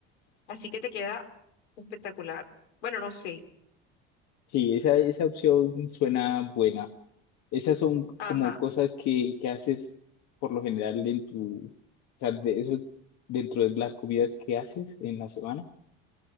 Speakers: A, on the left; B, on the left.
A: Así que te queda espectacular. Bueno, no sé.
B: Sí, esa, esa opción suena buena. Esas son
A: Ajá.
B: como cosas que, que haces por lo general en tu... O sea, de eso dentro de las comidas que haces en la semana.